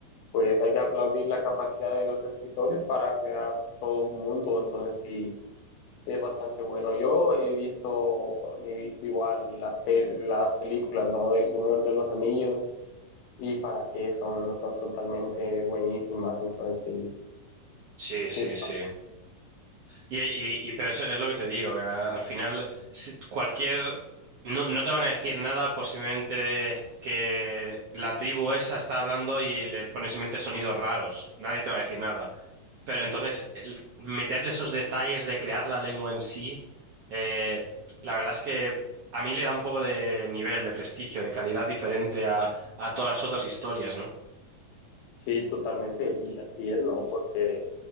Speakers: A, on the left; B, on the right.
A: pues hay que aplaudir la capacidad de los escritores para crear todo un mundo, entonces sí, es bastante bueno. Yo he visto, he visto igual las, se- las películas, ¿no? Del Señor de los Anillos y para qué son, son totalmente buenísimas, entonces sí.
B: Sí,
A: Sí,
B: sí, sí. Y, y- y- pero eso es lo que te digo, que a- al final si- cualquier... No, no te van a decir nada por simplemente que la tribu esa está hablando y le pones simplemente sonidos raros. Nadie te va a decir nada. Pero entonces el- meterle esos detalles de crear la lengua en sí, eh, la verdad es que a mí le da un poco de nivel, de prestigio, de calidad diferente a, a todas las otras historias, ¿no?
A: Sí, totalmente, y así es, ¿no? Porque